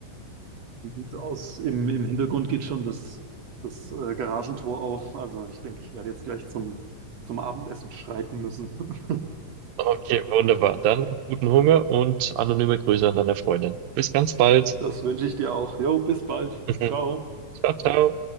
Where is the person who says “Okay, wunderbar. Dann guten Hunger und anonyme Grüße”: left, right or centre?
Right